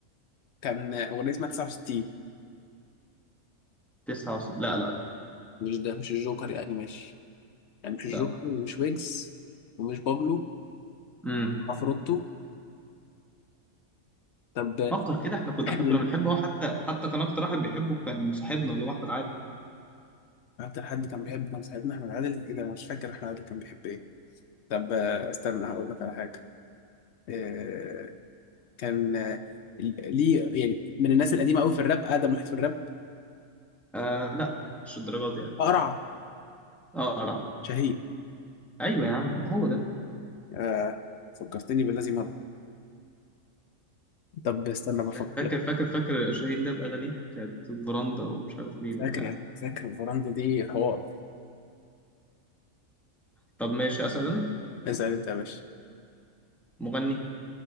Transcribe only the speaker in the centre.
تسعة وست... لا لا لا
لا
امم
فكر كده احنا كنا
احنا كنا بنحبه هو حتى حتى كان أكتر واحد بيحبه كان صاحبنا اللي هو أحمد عادل
آه لا مش الدرجات دي يعني
اقرا
ايوه يا عم ما هو ده
شاه- فاكر
فاكر فاكر شاهين ده باغانيه كانت براندا ومش عارف مين
وبتاع
طب ماشي اسال انا
مغني